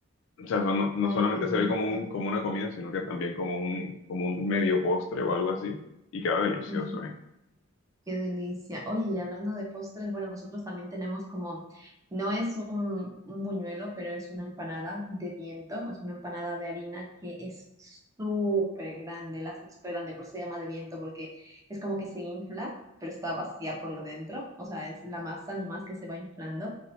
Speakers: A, on the left; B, on the right.
A: O sea, son- no, no
B: Ay,
A: solamente
B: qué delicia.
A: se ve como un, como una comida, sino que también como un, como un medio postre o algo así. Y queda delicioso,
B: Mm,
A: ¿eh?
B: Qué delicia. Oye, y hablando de postres, bueno, nosotros también tenemos como, no es un, un buñuelo, pero es una empanada de viento, es una empanada de harina que es súper grande, la hacen súper grande, por eso se llama de viento, porque es como que se infla, pero está vacía por dentro, o sea, es la masa nomás que se va inflando,